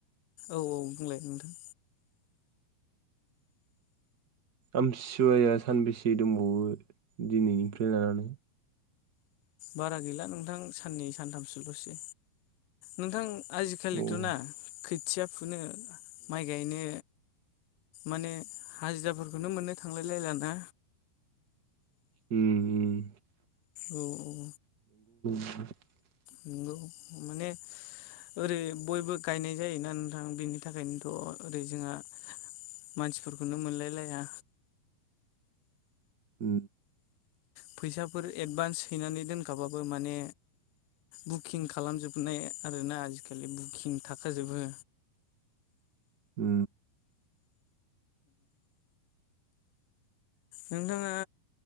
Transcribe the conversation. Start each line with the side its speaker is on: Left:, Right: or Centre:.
Left: औ औ बुंलाय नोंथां।
Right: आमथिसुवाया सानबेसे दंबावो दिनैनिफ्राय लानानै
Left: बारा गैला नोंथां साननै सानथामसोल'सै नोंथां। आजिखालिथ'
Right: औ ओ
Left: ना। खोथिया फुनो माइ गायनो माने हाजिराफोरखौनो मोननो थांलायलायलाना।
Right: उम उम।
Left: औ औ।
Right: <inaudible>
Left: नंगौ माने ओरै बयबो गायनाय जायोना नोंथां बेनि थाखायनोथ' ओरै जोंहा मानसिफोरखौनो मोनलायलाया
Right: ओ
Left: फैसाफोर एडभान्स हैनानै दोनखाबाबो माने बुकिं खालामजोबनाय आरोना आजिखालि बुकिं थाखाजोबो
Right: ओ
Left: नोंथाङा